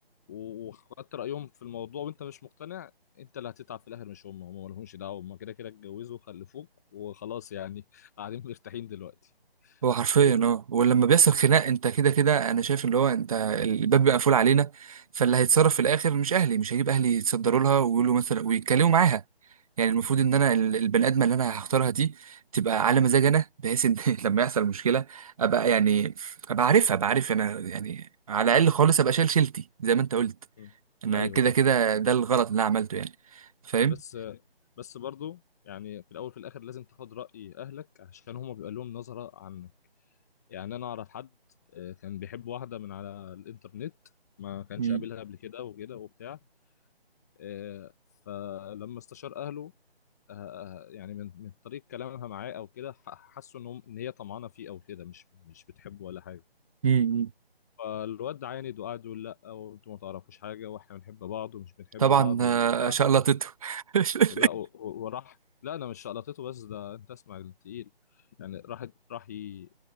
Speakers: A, on the left; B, on the right.
A: و- وخدت رايهم في الموضوع وانت مش مقتنع انت اللي هتتعب في الاخر مش هم هم مالهمش دعوه هم كده كده اتجوزوا وخلفوك وخلاص يعني <laughs> قاعدين مرتاحين دلوقتي
B: هو حرفيا
A: فاهمني؟
B: اه ولما بيحصل خناق انت كده كده انا شايف اللي هو انت الباب بيبقى مقفول علينا فاللي هيتصرف في الاخر مش اهلي مش هجيب اهلي يتصدروا لها ويقولوا مثلا ويتكلموا معاها يعني المفروض
A: مم.
B: ان انا ال- البني ادمه اللي انا هختارها دي تبقى على مزاج انا بحيث ان <laughs> لما يحصل مشكله ابقى يعني ابقى عارفها ابقى عارف انا يعني على الاقل خالص ابقى شايل شيلتي زي ما انت قلت
A: مم.
B: انا
A: ايوه
B: كده
A: ايوه
B: كده ده الغلط اللي انا عملته يعني فاهم
A: بس بس برضو يعني في الاول في الاخر لازم تاخد راي اهلك عشان هما بيبقى لهم نظره عنك يعني انا اعرف حد آه، كان بيحب واحده من على الانترنت ما كانش
B: مم.
A: قابلها قبل كده وكده وبتاع آه، فلما استشار اهله آه، آه، يعني من من طريق كلامها معاه او كده ح- حسوا ان هم- ان هي طمعانه فيه او كده مش مش بتحبه ولا حاجه
B: مم.
A: فالواد عاند وقعد يقول لا وانتوا ما تعرفوش حاجه واحنا بنحب بعض ومش بنحب
B: طبعا
A: بعض
B: آه،
A: وبتاع
B: شقلطته <laughs>
A: ولا و- و- وراح لا انا مش شقلطته بس ده انت اسمع التقيل يعني راح راح ي...